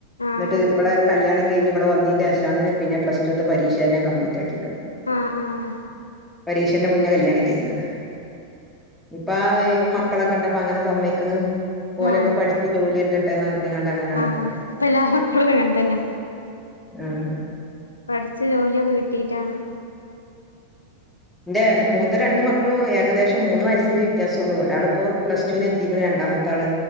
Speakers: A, on the left (about 80°); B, in the centre.
A: ആഹ്
B: ഇന്നെട്ട് ഇബെടെ കല്യാണം കെഴ്ഞ്ഞു ഇബെടെ വന്നീന്റെഷാണ് പിന്നെ പ്ലസ് ടുത്തെ പരീക്ഷയെന്നെ കംപ്ലീറ്റ് ആക്കിട്ട് ഇള്ളെത്
A: ആഹ് ആഹ്
B: പരീ ക്ഷന്റെ മുന്നെ കല്യാണം കെഴ്ഞ്ഞ്ക്ക്ണ് ഇപ്പ ആഹ് ഏഹ് മക്കളൊക്കെ ഇണ്ടപ്പ അങ്ങനെ സമ്മെയ്ക്ക്ണ് ഇപ്പ ഓലൊക്കെ
A: ആഹ്
B: പഠിച്ച് ജോലി കിട്ടട്ടെന്ന് പർണ് കാണ്ട് അങ്ങനെ നടക്കും
A: ആഹ് ഇപ്പ എല്ലാ മക്കെളും അങ്ങെൻ തെന്നെ
B: ആഹ്
A: പഠിച്ച് ജോലിയൊക്കെ കിട്ടിട്ടാണ്
B: ഇന്റെ മൂത്ത രണ്ട് മക്കളും ഏകദേശം മൂന്ന് വയസിന്റെ വിത്യാസൊള്ളു. ഒരാൾ ഇപ്പൊ പ്ലസ് ടുന് എത്തിക്ക്ണ് രണ്ടാമത്തെ ആൾ